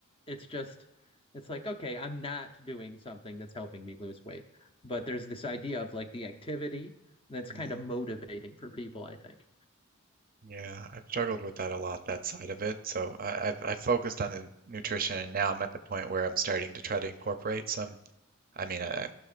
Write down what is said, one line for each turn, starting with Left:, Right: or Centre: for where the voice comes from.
Left: It's just, it's like, okay, I'm not doing something that's helping me lose weight. But there's this idea of like the activity that's
Right: hmm
Left: kind of motivating for people, I think.
Right: Yeah, I've struggled with that a lot, that side of it. So I, I've I've focused on the nutrition, and now I'm at the point where I'm starting to try to incorporate some. I mean, I